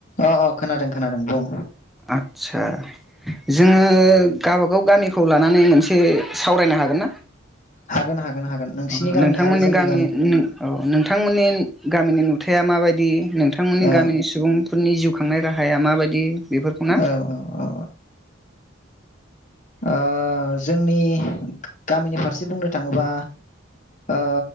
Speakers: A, on the left (about 40°); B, in the centre.
A: अ अ खोनादों। खोनादों बुं
B: आदसा जोङो गबागाव गामिखौ लानानै मोनसे सावरायनो हागोन ना
A: हागोन हागोन हागोन नोंसिनि
B: अ
A: गामि
B: नोंथांमोननि
A: आरो जोंनि
B: गामि अ नोंथांमोननि गामिनि खोथाया माबायदि नोंथांमोननि
A: औ
B: गामिनि सुबुंफोरनि जिउ खुखांनाय राहाया माबायदि बेफोरखौ ना?
A: औ औ औ ओ जोंनि गामिनि फारसे बुंनो थाङोबा ओ